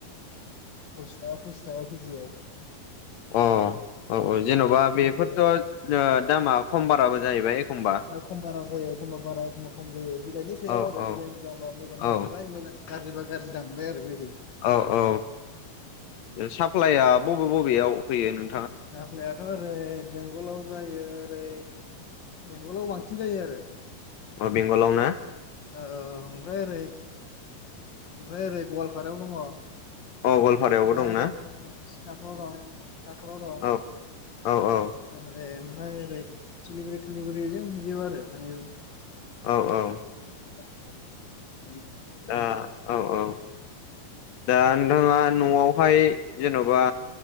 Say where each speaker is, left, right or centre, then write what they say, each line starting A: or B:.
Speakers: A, on the left (about 55°); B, on the left (about 70°).
A: फसिस थाखा फसिस थाखा केजिआव
B: अ औ औ जेनबा बेफोर'
A: होफैयो आरो
B: दामा खम बाराबो जाहैबाय एखमबा
A: एखम बारा जायो एखमबा बारा एखमबा खम जायो बिलाइनि सायाव
B: औ
A: आरो
B: औ
A: बिलाइ मोजांबा मोजांल
B: औ
A: मोनबाय मोजां गाज्रिबा गाज्रि दाम मोनबाय आरो बिदि
B: औ औ साप्लाइआ बबे बबेयाव होयो नों
A: साफ्लाया थ ओरै बेंगलाव जायो ओरै बेंगलाव बांसिन जायो आरो।
B: अ बेंगलाव ना?
A: औ औ ओमफ्राय ओरै ओमफ्राय ओरै गवालपारायाव दङ। आमफाय
B: अ गवालपारायावबो दंना
A: ओरै साखाव दं साखाव दं
B: औ औ औ
A: ओरै आमफ्राय ओरै सिलिगुरि थुलिगुरि मिजबो आरो थांजोबो।
B: औ औ।
A: <unintelligible>
B: द
A: ओ
B: औ औ दा नोंथाङा
A: ओ
B: नआव बेहाय जेनबा